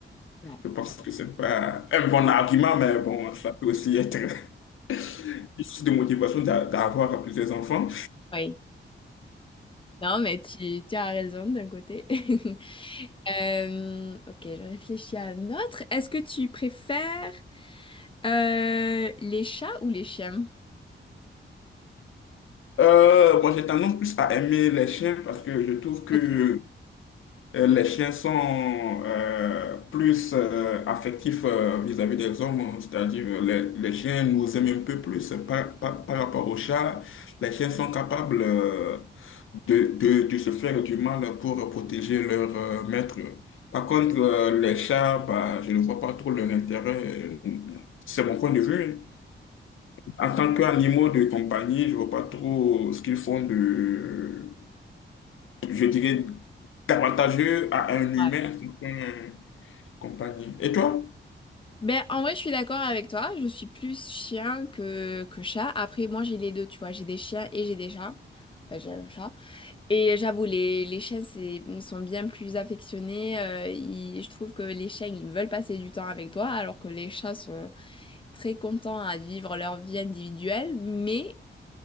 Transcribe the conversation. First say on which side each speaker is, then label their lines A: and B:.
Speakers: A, on the left; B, on the left.
A: ouais.
B: Je pense que c'est pas un bon argument, mais bon, ça peut aussi être <laughs> une source de motivation d'a- d'avoir plusieurs enfants.
A: Oui, non, mais tu, tu as raison d'un côté. <laughs> Euh, ok, je réfléchis à un autre. Est-ce que tu préfères euh, les chats ou les chiens?
B: Euh, moi, j'ai tendance plus à aimer les chiens parce que je trouve que
A: Ok.
B: Euh, Les chiens sont euh, plus euh, affectifs euh, vis-à-vis des hommes, c'est-à-dire euh, les, les chiens nous aiment un peu plus par, par, par rapport aux chats. Les chiens sont capables euh, de, de, de se faire du mal pour protéger leur euh, maître. Par contre, euh, les chats, bah, je ne vois pas trop leur intérêt. C'est mon point de vue. En tant qu'animaux de compagnie, je vois pas trop ce qu'ils font de je dirais, avantageux à un humain
A: Ouais.
B: qu'un compagnie. Et toi?
A: Ben, en vrai, je suis d'accord avec toi. Je suis plus chien que, que chat. Après, moi, j'ai les deux, tu vois. J'ai des chiens et j'ai des chats. Enfin, j'ai un chat. Et j'avoue, les, les chiens, c'est, sont bien plus affectionnés. Euh, ils- je trouve que les chiens, ils veulent passer du temps avec toi, alors que les chats sont très contents à vivre leur vie individuelle, mais